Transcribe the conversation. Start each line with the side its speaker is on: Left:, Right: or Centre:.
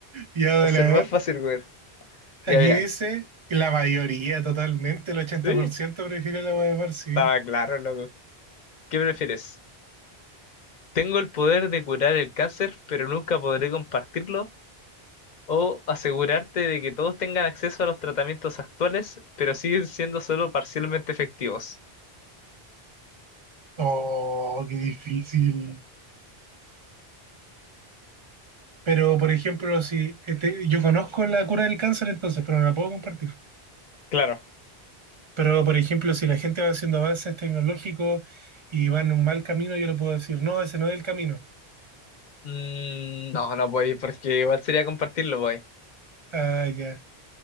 Right: Ya,
Left: Va
Right: dale,
Left: a ser
Right: a
Left: más
Right: ver.
Left: fácil, weón.
Right: Aquí
Left: Ya mira.
Right: dice que la mayoría, totalmente, el 80%
Left: Sí,
Right: prefiere la hueá de mar, sí.
Left: estaba claro, loco. ¿Qué prefieres? Tengo el poder de curar el cáncer, pero nunca podré compartirlo. O asegurarte de que todos tengan acceso a los tratamientos actuales, pero siguen siendo solo parcialmente efectivos.
Right: Oh, qué difícil. Pero, por ejemplo, si este, yo conozco la cura del cáncer entonces, pero no la puedo compartir.
Left: Claro.
Right: Pero, por ejemplo, si la gente va haciendo avances tecnológicos y va en un mal camino, yo le puedo decir, no, ese no es el camino.
Left: Mm, no, no podéis, porque igual sería compartirlo, pues.
Right: Ah, ya.